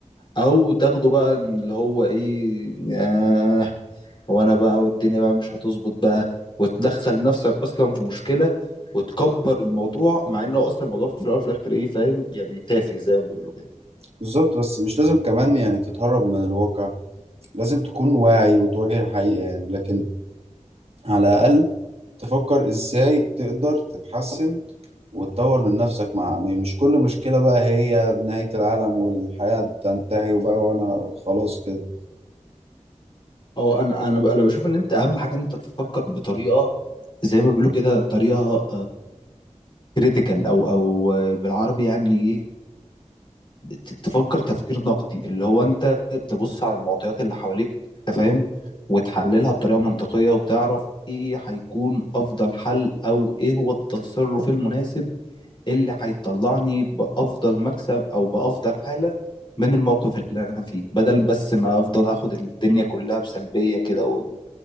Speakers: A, on the left; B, on the right.
A: او تاخده بقى إن اللي هو ايه آه وانا بقى والدنيا بقى مش هتظبط بقى وتدخل نفسك اصلا في مشكله وتكبر الموضوع مع انه اصلا الموضوع في الاول وفي الاخر ايه فاهم يعني تافه زي ما بيقولوا كده
B: بالظبط بس مش لازم كمان يعني تتهرب من الواقع لازم تكون واعي وتواجه الحقيقة يعني لكن على الأقل تفكر إزاي تقدر تتحسن وتطور من نفسك مع م- مش كل مشكلة بقى هي نهاية العالم والحياة بتنتهي وبقى وأنا خلاص كده
A: اه انا انا ب- انا بشوف ان انت اهم حاجه ان انت تفكر بطريقه زي ما بيقولوا كده طريقه كريتيكال او او آه، بالعربي يعني ايه ت- تفكر تفكير نقدي اللي هو انت تبص على المعطيات اللي حواليك انت فاهم وتحللها بطريقه منطقيه وتعرف ايه هيكون افضل حل او ايه هو التصرف المناسب اللي هيطلعني بافضل مكسب او بافضل حاله من الموقف اللي انا فيه بدل بس ما افضل اخد الدنيا كلها بسلبيه كده